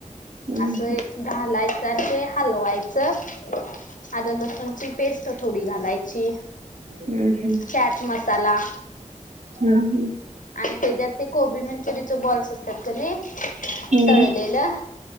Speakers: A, on the right (about 60°); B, on the left (about 75°).
A: हम्म
B: असं
A: हम्म
B: घालायचं आणि ते हलवायचं आलं लसूणची पेस्ट थोडी घालायची, ची
A: हम्म
B: चाट मसाला,
A: हम. हम.
B: आणि त्याच्यात ते कोबी मंचुरियचे बॉल्स असतात की नई
A: हम्म
B: तळलेलं